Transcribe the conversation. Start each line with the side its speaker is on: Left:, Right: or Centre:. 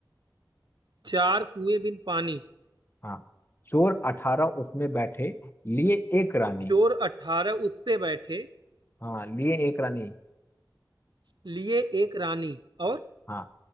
Right: चार कुएं बिन पानी
Left: हाँ चोर अठारह उसमें बैठे लिए एक रानी
Right: चोर अठारह उस पे बैठे
Left: हाँ लिए एक रानी
Right: लिए एक रानी और
Left: हाँ